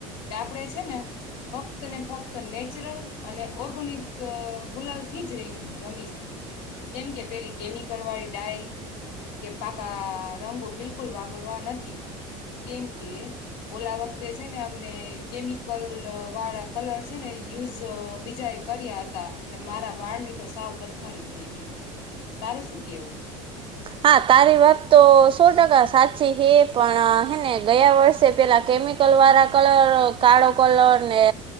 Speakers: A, on the left (about 70°); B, on the right (about 35°).
A: કે આપણેે છેને ફક્ત, ને ફક્ત નેચરલ અને ઓર્ગેનિક ગુલાલ થી, જ રમ્ય ર રમીશું કેમ કે પેલી કેમિકલ, વાળી ડાય કે પાકા, રંગો બિલકુલ વાપરવા નથી. કેમ કે ઓલા વખતે છેને. અમને કેમિકલ વાળા કલર છેને યુઝ બીજા એ કર્યા હતા, એટલે મારા વાળ ની તો સાવ પથ્થારી ભરી ગ તારો શું કેવું?
B: હા, તારી વાત તો સો ટકા સાચી હે પણ હેને, ગયા, વર્ષે પેલા કેમિકલ વાળા કલર કાળો કલરને